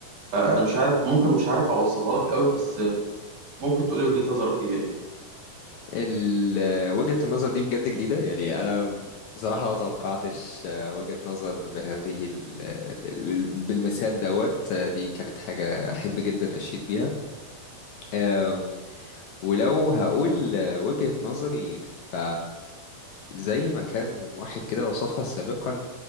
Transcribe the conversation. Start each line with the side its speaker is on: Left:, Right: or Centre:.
Right: فانا مش عارف ممكن مش عارف اوصلها لك قوي بس ممكن تقولي وجهه نظرك فيها ايه
Left: ال- وجهة النظر دي بجد جديدة يعني أنا بصراحة ما توقعتش آه، وجهة نظر بهذه ال- ال- ال- بالمثال دوت آه، دي كانت حاجة أحب جدا أشيد بيها آم، ولو هقول آه، وجهة نظري ف زي ما كان واحد كده وصفها سابقا